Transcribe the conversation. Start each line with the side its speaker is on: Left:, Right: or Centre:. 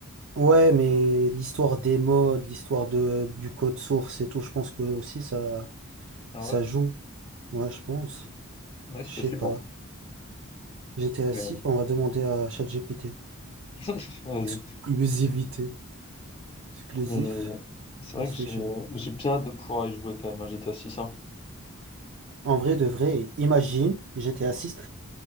Right: Ouais, mais l'histoire des modes, l'histoire de du code source et tout, je pense que aussi ça
Left: Ah
Right: ça
Left: ouais?
Right: joue. Ouais, je pense.
Left: Ouais,
Right: Je
Left: c'est
Right: sais
Left: possible,
Right: pas.
Left: hein.
Right: GTA
Left: Mais,
Right: 6, on va demander à ChatGPT.
Left: <laughs> vas-y.
Right: Exclusivité. Exclusif
Left: Mais, c'est vrai
Right: PlayStation.
Left: que j'ai, j'ai bien hâte de pouvoir y jouer quand même à GTA 6, hein.
Right: En vrai de vrai, imagine GTA 6.